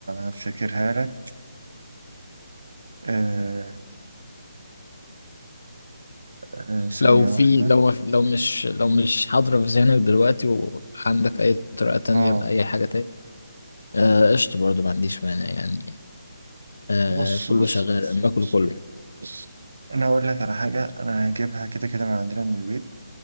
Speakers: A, on the right; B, on the left.
A: هفتكرها لك آه، آه، ثانية
B: لو في
A: واحدة
B: لو لو مش لو مش حاضرة في ذهنك دلوقتي وعندك أي طريقة تانية
A: اه
B: لأي حاجة تاني قشطة أه قشطة برضه ما عنديش مانع يعني أه
A: بص
B: كله
A: بص
B: شغال
A: بص
B: أنا باكل
A: بص,
B: كله
A: بص. انا اقول لك على حاجة انا هجيبها كده كده من عندنا من البيت